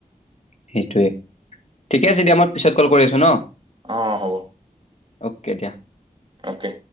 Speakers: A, on the left (about 50°); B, on the right (about 35°).
A: সেইটোৱে। ঠিক আছে এতিয়া মই পিছত কল কৰি আছো ন
B: অ হ'ব
A: অ'কে দিয়া
B: অ'কে